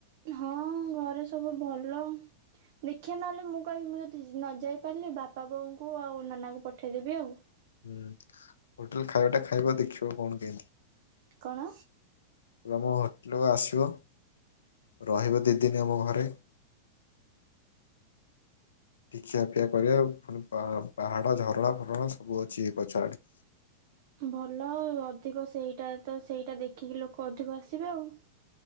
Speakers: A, on the right; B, on the left.
A: ହଁ ଘରେ ସବୁ ଭଲ ଦେଖିବା ନହେଲେ ମୁଁ କହିବି ମୁଁ ଯଦି ନ ଯାଇ ପାରିଲି ବାପା ବୋଉଙ୍କୁ ଆଉ ନନାଙ୍କୁ ପଠେଇଦେବି ଆଉ।
B: ହଁ ହୋଟେଲ ଖାଇବା ଟା ଖାଇବ ଦେଖିବ କଣ କେମତି।
A: କଣ।
B: ତମ ହୋଟେଲକୁ ଆସିବ ରହିବ ଦି ଦିନ ଆମ ଘରେ ଟିକେ ଖିଆ ପିଆ କରିବା ପୁଣି ପାହାଡ ଝରଣା ଫରଣା ସବୁ ଅଛି ଏ ପଛଆଡେ।
A: ଭଲ ଆଉ ଅଧିକ ସେଇଟା ତ ସେଇଟା ଦେଖିକି ଲୋକ ଅଧିକ ଆସିବେ ଆଉ